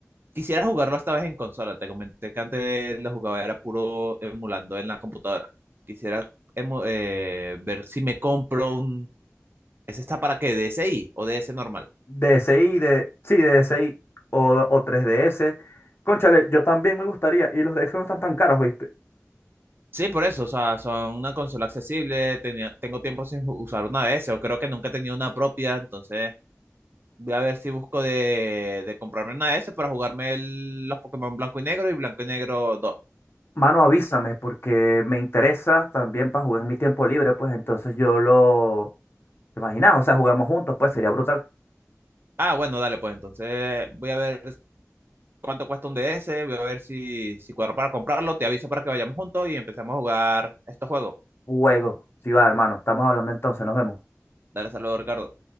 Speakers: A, on the right (about 45°); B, on the left (about 50°).
A: Quisiera jugarlo esta vez en consola. Te comenté que antes lo jugaba era puro emulando en la computadora. Quisiera emu- eh, ver si me compro un. ¿Ese está para qué? ¿DSi o DS normal?
B: DSi, de, sí, DSi o, o 3DS. Cónchale, yo también me gustaría. Y los DS no están tan caros, ¿viste?
A: Sí, por eso, o sea, son una consola accesible, tenía, tengo tiempo sin ju- usar una DS, o creo que nunca he tenido una propia, entonces voy a ver si busco de, de comprarme una DS para jugarme el- los Pokémon Blanco y Negro y Blanco y Negro 2.
B: Mano, avísame porque me interesa también para jugar en mi tiempo libre, pues entonces yo lo... ¿Te imaginas? O sea, jugamos juntos, pues sería brutal.
A: Ah, bueno, dale, pues entonces voy a ver cuánto cuesta un DS, voy a ver si, si cuadro para comprarlo, te aviso para que vayamos juntos y empecemos a jugar estos juegos.
B: Juego. Sí va, hermano. Estamos hablando entonces, nos vemos.
A: Dale, saludos, Ricardo.